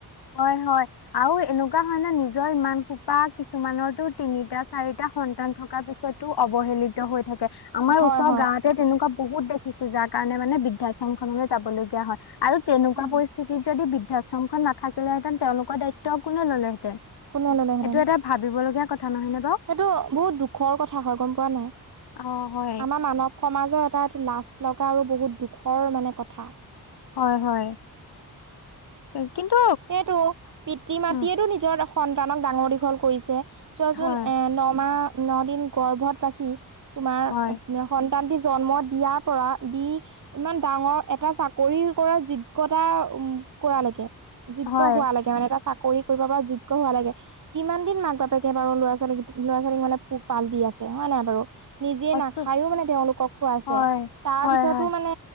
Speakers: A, on the left; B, on the right.
A: হয়, হয় আৰু এনেকুৱা হয় ন, নিজৰ ইমান সোপা কিছুমানৰতো তিনিটা চাৰিটা সন্তান থকাৰ পিছত <unintelligible> অৱহেলিত হৈ থাকে আমাৰ
B: হয়
A: ওচৰ
B: হয়
A: গাঁৱত <unintelligible> তেনেকুৱা বহুত দেখিছো, যাৰ কাৰণে মানে বৃদ্ধাশ্ৰম খনলৈ যাবলগীয়া হয় আৰু তেনেকুৱা
B: উম
A: পৰিস্থিতিত যদি বৃদ্ধাশ্ৰমখন নাথাকিলেহেঁতেন, তেওঁলোকৰ দায়িত্ব কোনে ল'লেহেঁতেন
B: কোনে ললেহেঁতেন
A: এইটো এটা ভাবিবলগীয়া কথা নহয়নে বাৰু
B: সেইটো বহুত দুখৰ কথা হয় গম পোৱা নাই,
A: অ হয়
B: আমাৰ <unintelligible> সমাজৰ এটা এইটো লাজ লগা আৰু বহুত দুখৰ মানে কথা
A: হয়, হয় কিন্তু,
B: সেইটো, পিতৃ মাতৃয়েতটো
A: উম
B: নিজৰ সন্তানক ডাঙৰ দীঘল কৰিছে, চোৱাচোন
A: হয়
B: এ নমাহ ন দিন গৰ্ভত ৰাখি তোমাৰ
A: হয়
B: সন্তানটি জন্ম দিয়াৰ পৰা দি ইমান ডাঙৰ এটা চাকৰি কৰা যোগ্যতা উ কৰালৈকে যোগ্য
A: হয়
B: হোৱা লাগে মানে এটা চাকৰি কৰিব পৰা যোগ্য হোৱা লাগে। কিমান দিন মাক বাপেকে বাৰু ল'ৰা ছোৱালীক ল'ৰা ছোৱালীক মানে পোহ পাল দি আছে হয় নাই বাৰু। নিজে নাখায়ও
A: সচ
B: মানে তেওঁলোকক খুৱাইছে
A: হয়
B: তাৰপিছতো
A: হয় হয়
B: মানে মানে